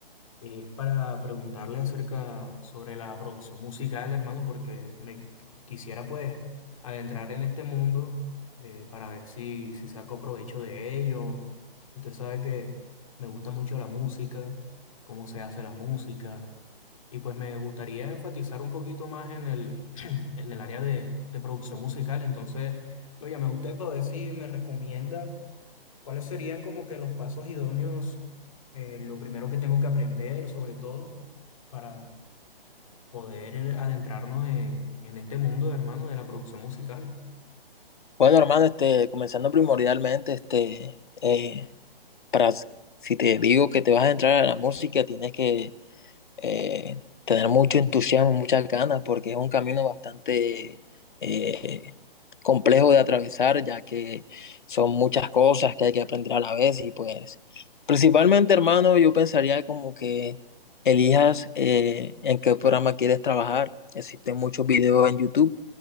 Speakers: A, on the left; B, on the left.
A: Es para preguntarle acerca sobre la producción musical, hermano, porque me quisiera pues adentrar en este mundo eh, para ver si, si saco provecho de ello. Usted sabe que me gusta mucho la música, cómo se hace la música, y pues me gustaría enfatizar un poquito más en el, <clears throat> en el área de, de producción musical. Entonces lo llamé a usted para ver si me recomienda. ¿Cuáles serían como que los pasos idóneos, eh, lo primero que tengo que aprender, sobre todo, para poder eh, adentrarnos en, en este mundo, hermano, de la producción musical?
B: Bueno, hermano, este, comenzando primordialmente, este, eh, para, si te digo que te vas a entrar a la música, tienes que eh, tener mucho entusiasmo, muchas ganas, porque es un camino bastante eh, complejo de atravesar, ya que son muchas cosas que hay que aprender a la vez y pues principalmente, hermano, yo pensaría como que elijas eh, en qué programa quieres trabajar. Existen muchos videos en YouTube